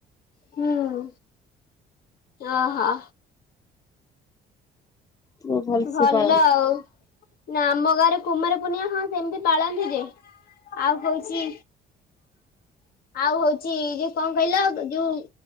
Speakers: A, on the left; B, on the left.
A: ହୁଁ ଓହୋ।
B: ପୁରା ଭଲସେ
A: ଭଲ
B: ପାଳନ୍ତି
A: ଆଉ ନା ଆମ ଗାଁରେ କୁମାରୀ ପୂର୍ଣ୍ଣିମା ହଁ ସେମିତି ପାଳନ୍ତି ଯେ ଆଉ ହୋଉଚି ଆଉ ହଉଛି ଯୋଉ କଣ କହିଲ ଯୋଉ?